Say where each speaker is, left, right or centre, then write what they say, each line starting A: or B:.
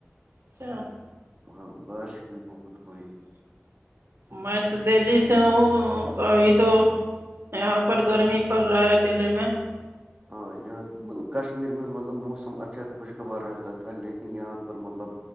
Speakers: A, on the right; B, on the right.
A: اچھا
B: ہاں بارش بھی بہت ہوئی
A: میں تو دہلی سے ہوں ابھی تو یہاں پر گرمی پڑ رہا ہے دللی میں
B: ہاں یہاں تو مطلب کشمیر میں مطلب موسم اچھا خوشگوار رہتا تھا لیکن یہاں پر مطلب